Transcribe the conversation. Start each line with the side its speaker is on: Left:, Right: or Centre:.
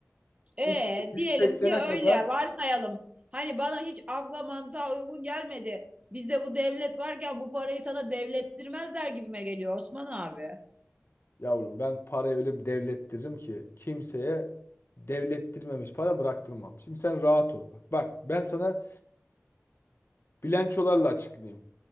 Right: e,
Left: 2180'e
Right: diyelim ki öyle
Left: kadar
Right: varsayalım. Hani bana hiç akla mantığa uygun gelmedi. Bizde bu devlet varken bu parayı sana devlettirmezler gibime geliyor Osman abi.
Left: yavrum ben parayı öyle bir devlettiririm ki kimseye devlettirmemiş para bıraktırmam. Şimdi sen rahat ol bak. Bak ben sana bilançolarla açıklayayım.